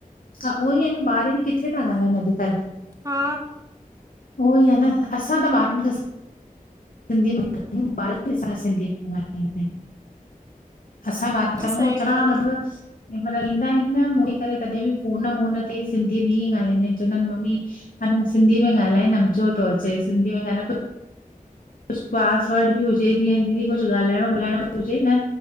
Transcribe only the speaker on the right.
हा
सही ॻाल्हि आ।